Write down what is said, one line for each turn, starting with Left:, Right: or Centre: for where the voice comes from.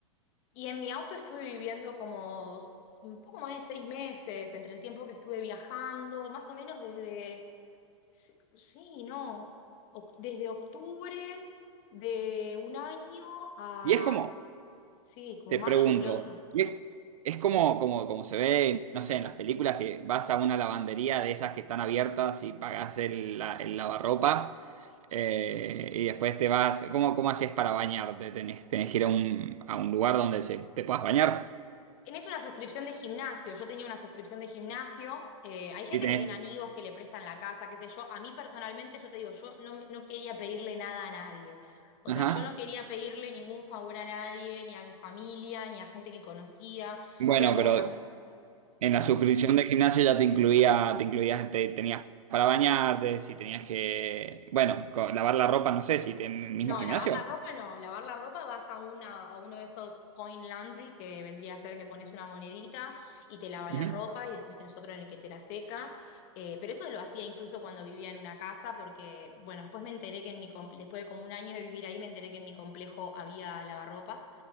Left: Y en mi auto estuve viviendo como un poco más de seis meses, entre el tiempo que estuve viajando, más o menos desde, sí, sí, no, oc- desde octubre de un año a,
Right: ¿Y es como?
Left: sí, como
Right: Te
Left: mayo
Right: pregunto,
Left: del otro.
Right: y es, es como, como, como se ve, no sé, en las películas que vas a una lavandería de esas que están abiertas y pagás el, la- el lavarropa eh, y después te vas. ¿Cómo, cómo haces para bañarte? ¿Tenés, tenés que ir a un, a un lugar donde se, te puedas bañar?
Left: Tenés una suscripción de gimnasio. Yo tenía una suscripción de gimnasio. eh, hay gente
Right: Y tenés,
Left: que tiene amigos que le prestan la casa, qué sé yo. A mí personalmente, yo te digo, yo no, me- no quería pedirle nada a nadie. O
Right: ajá.
Left: sea, yo no quería pedirle ningún favor a nadie, ni a mi familia, ni a gente que conocía.
Right: Bueno,
Left: Era como
Right: pero
Left: que a
Right: en la
Left: mí-
Right: suscripción del gimnasio ya te incluía, te incluías, te tenías para bañarte, si tenías que, bueno, co- lavar la ropa, no sé, si en el mismo
Left: No,
Right: gimnasio.
Left: lavar la ropa no. Lavar la ropa vas a, una, a uno de esos coin laundry que vendría a ser que pones una monedita y te lava
Right: Ujú.
Left: la ropa y después tenés otro en el que te la seca. Eh, pero eso lo hacía incluso cuando vivía en una casa porque, bueno, después me enteré que en mi, com- después de como un año de vivir ahí, me enteré que en mi complejo había lavarropas.